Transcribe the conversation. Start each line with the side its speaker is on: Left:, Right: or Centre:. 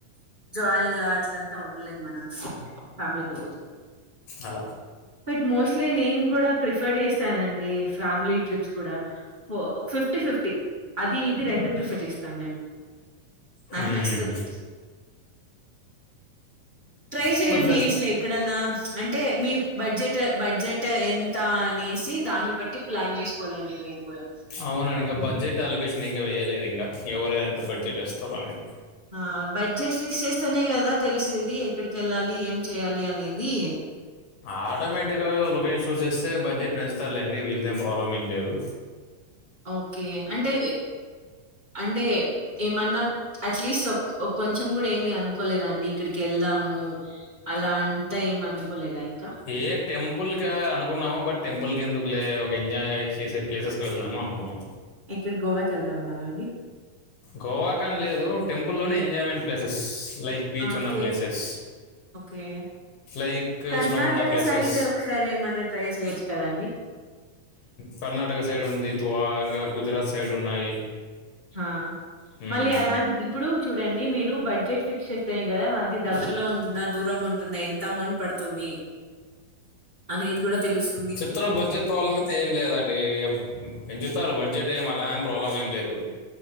Right: జాయిల్ గా అట్లంతా ఉండలేము మనం ఫ్యామిలీతో పోతే
Left: అలా
Right: బట్ మోస్ట్లీ నేన్ గూడా ప్రిఫర్ చేస్తానండి ఫ్యామిలీ ట్రిప్స్ కూడా ఫిఫ్టీ ఫిఫ్టీ అది ఇది రెండు ప్రిఫర్ చేస్తాను నేను నాకు
Left: మ్మ్.
Right: నచ్చుతది ట్రై జేయండి
Left: ఇప్పుడు ఫ్రెండ్స్
Right: ఇట్లా ఎక్కడన్నా అంటే మీ బడ్జెట్ బడ్జెట్ ఎంత అనేసి దాన్ని బట్టి ప్లాన్ జేసుకోవాలండి మీ గూడా
Left: అవునండి ఇంగా బడ్జెట్ అలొకేషన్ ఇంకా వేయలేదు ఇంగా ఎవర ఎంత బడ్జెట్ ఎస్తారు అనేది
Right: ఆ బడ్జెట్ ఫిక్స్ చేస్తేనే కదా తెలిసేది ఎక్కడికి వెళ్ళాలి ఏం చేయాలి అనేది
Left: ఆటోమేటిక్గా లొకేషన్ చూజ్ చేస్తే బడ్జెట్ పెంచుతారులేండి వీళ్ళతో ఏం ప్రాబ్లం ఏం లేదు.
Right: ఓకే అంటే అంటే ఏమన్నా అట్లీస్ట్ కొంచెం గూడా ఏమి అనుకోలేదా అండి ఇక్కడికి వెళ్దాము. అలా అంతా ఏం అనుకోలేదా ఇంకా
Left: ఏ టెంపుల్ కా అనుకున్నాము బట్ టెంపుల్ కి ఎందుకు లే ఒక ఎంజాయ్ చేసే ప్లేసెస్కి వెళ్దాము అనుకున్నాం
Right: ఇప్పుడు గోవాకి వెళ్తా ఉన్నారా అండి
Left: గోవా కాని లేదు టెంపుల్లోనే ఎంజాయ్మెంట్ ప్లేసెస్ లైక్ బీచ్
Right: ఆ
Left: ఉన్న
Right: కేర్
Left: ప్లేసెస్
Right: ఓకే
Left: లైక్
Right: కర్ణాటక
Left: స్నో ఉన్న ప్లేసెస్
Right: సైడ్ ఒకసారి ఏమైన్నా ట్రై చేయొచ్చు కదండి
Left: కర్ణాటక సైడ్ ఉంది ద్వ ఇంగా గుజరాత్ సైడ్ ఉన్నాయి.
Right: హా
Left: హ్మ్
Right: మళ్ళీ అలాంటి ఇప్పుడు చూడండి మీరు బడ్జెట్ షేస్తనే గదా అది దగ్గరలో ఉంటుందా దూరం ఉంటుందా ఎంత అమౌంట్ పడుతుంది అనేది గూడా తెలుస్తు
Left: చెప్తున్న బడ్జెట్ ప్రాబ్లం అయితే ఏం లేదండి పెంచుతారు బడ్జెట్ ఏం అలా ప్రాబ్లం ఏం లేదు